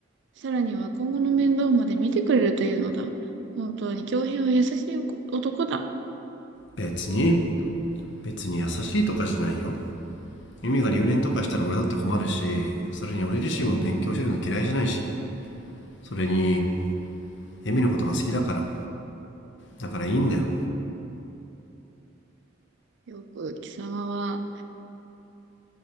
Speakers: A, on the right; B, on the left.
A: さらには今後の面倒まで見てくれるというのだ。本当に恭平は優しい男だ。
B: 別に別に優しいとかじゃないよユミが留年とかしたら俺だって困るしそれに俺自身も勉強してるの嫌いじゃないしそれにエミのことが好きだからだからいいんだよ
A: よく貴様は、